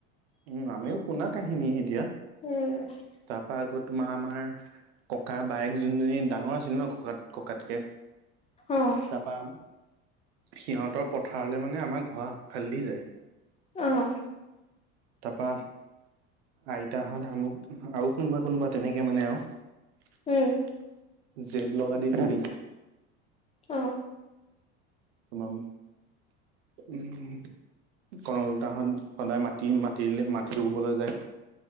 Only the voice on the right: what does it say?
উম আমিও শুনা কাহিনী এতিয়া।
তাৰপা আকৌ তোমাৰ আমাৰ ককা বায়েক যোনজনী ডাঙৰ আছিল ন ককাত ককাতকে।
তাৰপৰা সিহঁতৰ পথাৰলে মানে আমাৰ ঘৰ ফালেদি যায়।
তাৰপৰা আইতাহঁত‌ আমুক আৰু কোনোবা কোনোবা। তেনেকে মানে আৰু
জেদ লগা দি লাগিলে।
তোমাৰ উম কনকলতাহত সদায় মাটি মাটিৰে মাটি ৰুবলৈ যায়।